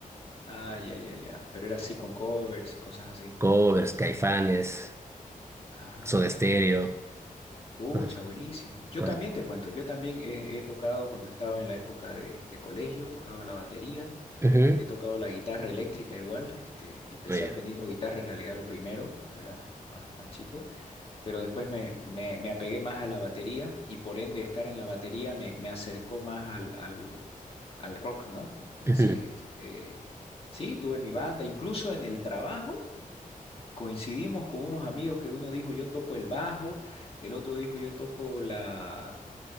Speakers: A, on the left (about 40°); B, on the right (about 20°).
A: Ah, ya, ya, ya. Pero era así con covers y cosas así.
B: Covers, Caifanes,
A: Ah,
B: Soda Stereo,
A: bueno. Pucha,
B: cosas,
A: buenísimo. Yo
B: cosas.
A: también te cuento, yo también he, he tocado cuando estaba en la época de, de colegio, tocaba la batería.
B: Ujú,
A: He tocado la guitarra eléctrica igual, este, empecé
B: muy bien.
A: aprendiendo guitarra en realidad lo primero, cuando era más, más chico, pero después me, me- me apegué más a la batería y por ende estar en la batería me, me acercó más al, al, al rock, ¿no? Entonces,
B: Ujú.
A: este, sí, tuve mi banda, incluso en el trabajo coincidimos con unos amigos que uno dijo yo toco el bajo, el otro dijo yo toco la